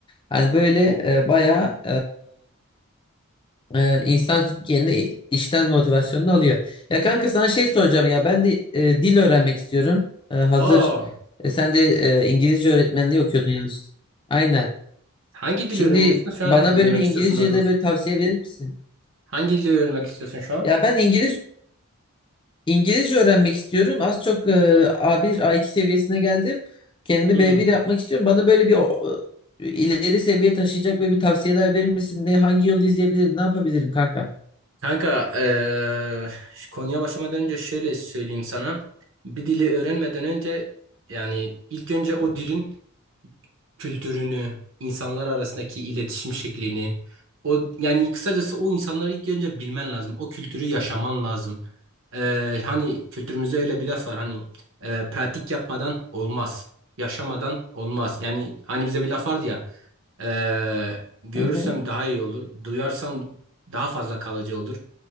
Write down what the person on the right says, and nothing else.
Aa,
hangi
dili öğreniyorsun şu
an?
Öğrenmek
istiyorsun daha doğrusu.
Hangi dili öğrenmek istiyorsun şu an?
Hı.
Kanka, eee, konuya başlamadan önce şöyle söyleyeyim sana. Bir dili öğrenmeden önce yani ilk önce o dilin kültürünü, insanlar arasındaki iletişim şeklini, o yani kısacası o insanları ilk önce bilmen lazım. O kültürü yaşaman lazım. Eee, hani kültürümüzde öyle bir laf var hani eee, pratik yapmadan olmaz, yaşamadan olmaz. Yani hani bize bir laf vardı ya eee, görürsem
daha iyi olur, duyarsam daha fazla kalıcı olur